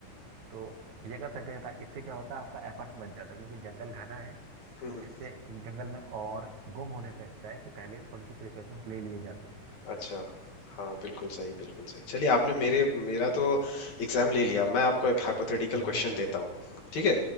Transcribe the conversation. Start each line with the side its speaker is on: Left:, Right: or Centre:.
Right: तो ये कर सकते हैं ता- इससे क्या होता है आपका एफर्ट्स बच जाता है क्योंकि जंगल घना है
Left: हम्म,
Right: तो
Left: हम्म,
Right: इससे जंगल में और गुम होने से अच्छा है कि पहले थोड़े से प्रिकॉशंस ले लिए जाते हैं
Left: अच्छा हाँ बिल्कुल सही बिल्कुल सही चलिए आपने मेरे मेरा तो एग्जाम ले लिया मैं आपको एक हाइपोथेटिकल
Right: हम्म।
Left: क्वेश्चन
Right: हम्म।
Left: देता हूँ ठीक है